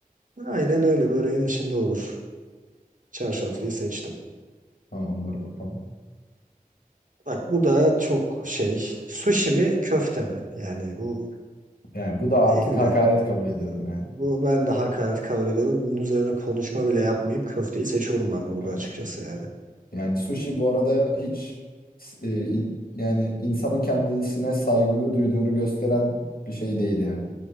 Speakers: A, on the right; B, on the left.
A: Aynen öyle. Böreğin içinde olur. Çarşaflıyı seçtim.
B: Tamamdır bakalım.
A: Bak bu da çok şey. Sushi mi köfte mi? Yani bu
B: Yani bu da artık
A: 50.
B: hakaret kabul ediyorum yani.
A: Bu ben de hakaret kabul ediyorum. Bunun üzerine konuşma bile yapmayıp köfteyi seçiyorum ben burada
B: Evet.
A: açıkçası yani.
B: Yani sushi bu arada hiç s- e, in- yani insanın kendisine saygı duyduğunu gösteren bir şey değil yani.